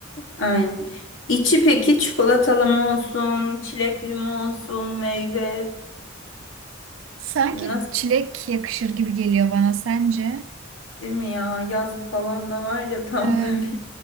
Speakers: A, on the left; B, on the right.
A: Aynen. İçi peki çikolatalı mı olsun, çilekli mi olsun, meyve
B: Sanki
A: nasıl
B: çilek yakışır gibi geliyor bana sence?
A: değil mi ya? Yazlık falan da var ya tam
B: Evet.
A: böyle.